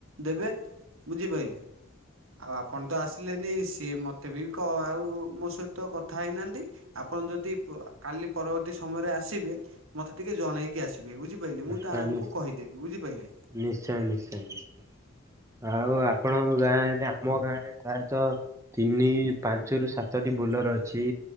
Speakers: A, on the right; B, on the right.
A: ଦେବେ, ବୁଝିପାଇଲେ! ଆଉ ଆପଣ ତ ଆସି ଥିଲେନି, ସିଏ ମୋତେ ବି କ ଆଉ ମୋ ସହିତ କଥା ହେଇନାହାଁନ୍ତି? ଆପଣ ଯଦି ପ କାଲି ପରବର୍ତ୍ତୀ ସମୟରେ ଆସିବେ, ମତେ ଟିକେ ଜଣେଇ କି ଆସିବେ। ବୁଝି ପାଇଲେ,
B: ହେଲାଣି।
A: ମୁଁ ତାଙ୍କୁ କହିଦେବି। ବୁଝିପାଇଲେ?
B: ନିଶ୍ଚୟ ନିଶ୍ଚୟ ନିଶ୍ଚ ଆଉ, ଆପଣଙ୍କ ଗାଁରେ, ଆମ ଗାଁରେ ପ୍ରାୟତଃ ତିନି, ପାନ୍ ଞ୍ଚରୁ ସାତଟି ବୁଲର ଅଛି।